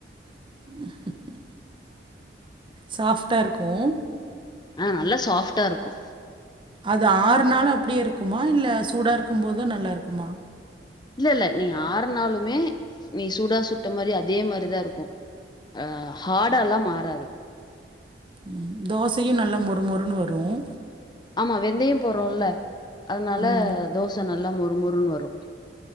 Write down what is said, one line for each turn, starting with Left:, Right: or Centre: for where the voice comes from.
Right: <inaudible> சாஃப்டா இருக்கும்
Left: அஹ் நல்லா சாஃப்டா இருக்கும்
Right: அது ஆறுநாலும் அப்படியே இருக்குமா இல்ல சூடாக இருக்கும்போது நல்லாயிருக்குமா
Left: இல்ல இல்ல நீ ஆறுனாலுமே நீ சூடா சுட்ட மாரி அதே மாரிதான் இருக்கும் அஹ் ஹாடலாம் மாறாது
Right: உம் தோசையும் நல்லா மொறு மொறுன்னு வரும்
Left: ஆமா வெந்தயம் போறோம்ல அதனால
Right: ம்
Left: தோசை நல்லா மொ மொறு மொறுன்னு வரும்